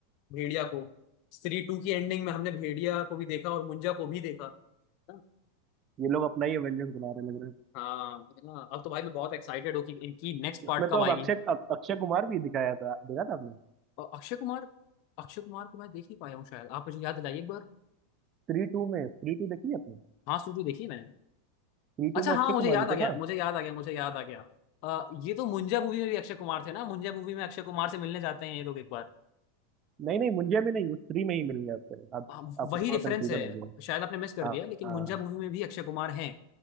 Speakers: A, on the left; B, on the right.
A: भेड़िया को स्त्री टू की एंडिंग में हमने भेड़िया को भी देखा और मुंजा को भी देखा ना?
B: ये लोग अपना ही एवेंजर्स बना रहे लग रहे हैं
A: हाँ है ना अब तो भाई मैं बहुत एक्साइटेड हूँ कि इनकी नेक्स्ट
B: उसमें
A: पार्ट कब
B: तो
A: आएगी
B: अब अक्षय अक्षय कुमार भी दिखाया था देखा था आपने
A: और अक्षय कुमार अक्षय कुमार को मैं देख ही पाया हूँ शायद आप मुझे याद दिलाइए एक बार
B: थ्री टू में थ्री टू देखी है आपने
A: हाँ सूर्य देखी है मैंने
B: थ्री
A: अच्छा
B: टू में
A: हाँ
B: अक्षय
A: मुझे
B: कुमार
A: याद
B: भी
A: आ
B: तो
A: गया
B: था
A: मुझे याद आ गया मुझे याद आ गया अ, ये तो मुंजा मूवी में भी अक्षय कुमार थे ना मुंजा मूवी में अक्षय कुमार से मिलने जाते हैं ये लोग एक बार
B: नहीं नहीं मुंजिया में नहीं उस थ्री में ही मिल गया उससे आप,
A: हाँ,
B: आपको
A: वही
B: थोड़ा
A: रेफरेंस
B: कंफ्यूजन
A: है
B: हो गया
A: शायद आपने मिस कर
B: हाँ
A: दिया लेकिन
B: हाँ,
A: मुंजा मूवी में भी अक्षय कुमार हैं